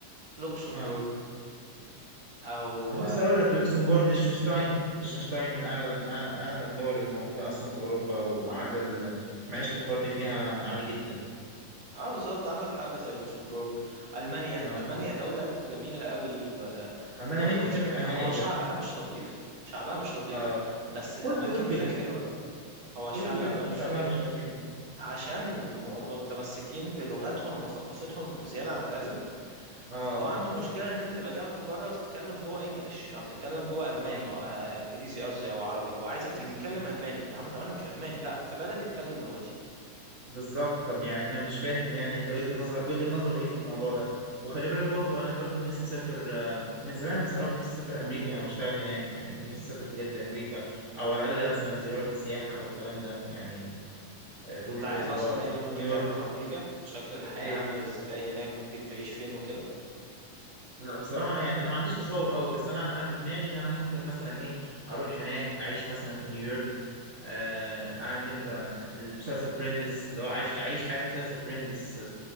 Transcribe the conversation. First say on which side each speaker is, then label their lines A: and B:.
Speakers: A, on the right; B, on the right.
A: لوكسمبورغ
B: اه
A: او
B: كنت لسه اقول لك لوكسمبورغ ليechtenstein ليechtenstein من اغلى من أغ- من اغنى الدول الموجوده اصلا في اوروبا ومعدل
A: اه
B: معيشه الفرد فيها عالي جدا
A: اه بالظبط عندك حاجه زي لوكسمبورغ المانيا
B: اه
A: المانيا دوله جميله قوي و...
B: المانيا
A: و...
B: نفسي
A: وش...
B: اسافر المانيا
A: هو
B: بجد
A: شعبها مش لطيف شعبها مش لطيف
B: اه
A: بس الاماكن
B: كله بيقول
A: هناك
B: كده
A: حلوه قوي هو الشعب
B: كله بيقول
A: الالماني
B: حته شعبها
A: مش لطيف
B: مش لطيف
A: عشان م... متمسكين بلغتهم وثقافتهم زياده عن اللازم
B: اه
A: فهو عنده مشكله ان انت تبقى جاي من بره وتتكلم جوه انجليش او تتكلم جوه الماني
B: اه
A: هو آه، انجليزي قصدي او عربي هو عايزك تيجي
B: امم
A: تتكلم الماني يا عم طب انا مش الماني لا في بلدي اتكلم لغتي
B: بالظبط طب يعني انا مش فاهم يعني انت وجهة نظر وجهة نظر ايه في الموضوع ده وخلي بالك برضو انا برضو نفسي اسافر آه، من زمان بصراحة نفسي اسافر امريكا يعني واشتغل هناك يعني نفسي اسافر بجد امريكا او على الاقل مثلا زيارة كسياحة او الكلام ده يعني آه، بور
A: انت عارف
B: اللي
A: اصلا
B: هو
A: ايه اللي ممكن
B: نيويورك
A: تعمله في امريكا شكل الحياة
B: ايه
A: عامل ازاي هناك ممكن تعيش فين وكده
B: لا بصراحة انا يعني انا ما عنديش تصور قوي بس انا انا في دماغي ان انا ممكن مثلا ايه اروح هناك اعيش مثلا في نيويورك آه عارف انت المسلسل فريندس اللي هو عايش عايش حياة مسلسل فريندس